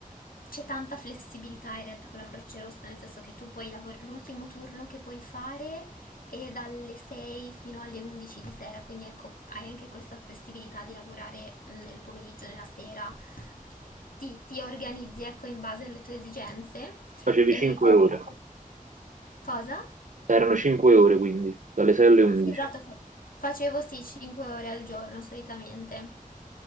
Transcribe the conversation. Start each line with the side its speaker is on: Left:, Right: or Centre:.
Left: c'è tanta flessibilità in realtà con la Croce Rossa, nel senso che tu puoi lavorare l'ultimo turno che puoi fare e dalle 6 fino alle 11 di sera, quindi ecco, hai anche questa flessibilità di lavorare mh, nel pomeriggio, nella sera, ti, ti organizzi ecco in base alle tue esigenze
Right: facevi
Left: e
Right: 5
Left: comunque
Right: ore.
Left: cosa?
Right: Erano 5 ore quindi, dalle 6 alle 11.
Left: Sì, esatto, fa- facevo sì 5 ore al giorno solitamente.